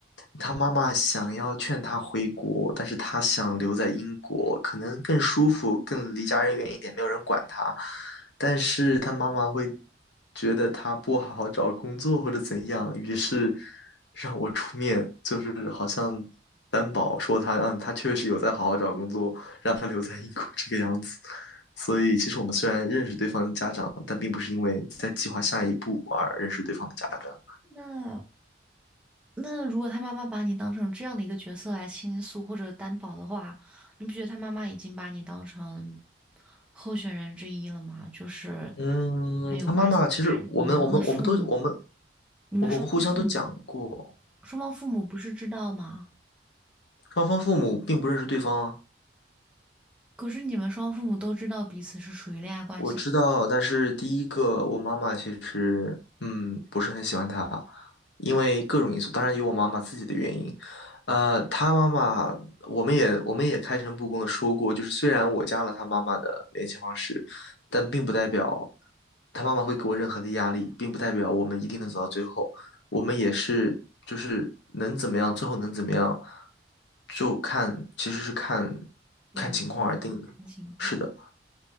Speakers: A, on the left (about 70°); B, in the centre.
A: 他妈妈想要劝他回国，但是他想留在英国，可能更舒服，更离家人远一点，没有人管他。但是他妈妈会觉得他不好好找工作或者怎样，于是。让我出面，就是好像担保说他，嗯，他确实有在好好找工作，让他留在英国这个样子。所以，其实我们虽然认识对方的家长，但并不是因为在计划下一步而认识对方的家长。
B: 那那如果他妈妈把你当成这样的一个角色来倾诉或者担保的话，你不觉得他妈妈已经把你当成候选人之一了吗？就是
A: 嗯，
B: 你们有关系在，
A: 他妈妈其实我们我们我们都我们
B: 你们的父母，你们双方父母。
A: 我们互相都讲过，
B: 双方父母不是知道吗？
A: 双方父母并不认识对方啊
B: 可是你们双方父母都知道彼此是属于恋爱关系的
A: 我知道，但是第一个，我妈妈其实嗯不是很喜欢他，因为各种因素，当然有我妈妈自己的原因。呃，他妈妈，我们也我们也开诚布公的说过，就是虽然我加了他妈妈的联系方式，但并不代表他妈妈会给我任何的压力，并不代表我们一定能走到最后。我们也是就是能怎么样，最后能怎么样，就看其实是看
B: 原
A: 看情况而定的。
B: 生情况，
A: 是的。